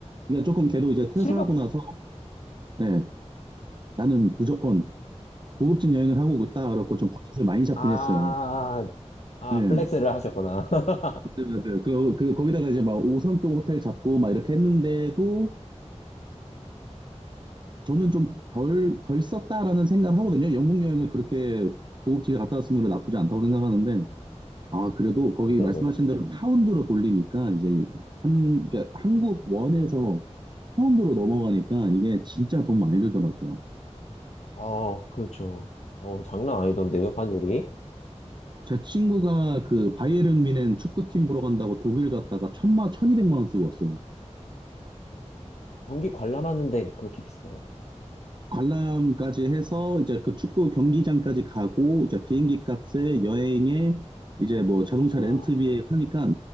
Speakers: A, on the right; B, on the left.
A: 그러니까 조금 걔도 이제 퇴사하고
B: 7박?
A: 나서 네, 나는 무조건 고급진 여행을 하고 있다 그렇고 좀 버젯을 많이 잡긴
B: 아,
A: 했어요.
B: 아,
A: 네, 맞아요,
B: 플렉스를 하셨구나. <laughs>
A: 맞아요. 그리고 그 거기다가 이제 막 5성급 호텔 잡고 막 이렇게 했는데도 저는 좀 덜, 덜 썼다라는 생각을 하거든요. 영국 여행을 그렇게 고급지게 갔다 왔으면 나쁘지 않다고 생각하는데, 아, 그래도
B: 음,
A: 거기
B: 네네네.
A: 말씀하신 대로 음. 파운드로 돌리니까, 이제 한, 그러니까 한국 원에서 파운드로 넘어가니까 이게 진짜 돈 많이 들더라고요.
B: 아, 그렇죠. 어, 장난 아니던데요, 환율이?
A: 제 친구가 그 바이에른 뮌헨 축구팀 보러 간다고 독일 갔다가 천마, 천이백만 원 쓰고 왔어요.
B: 경기 관람하는데 그렇게 비싸요?
A: 관람까지 해서 이제 그 축구 경기장까지 가고 이제 비행기 값에 여행에 이제 뭐 자동차
B: 와.
A: 렌트비에 하니까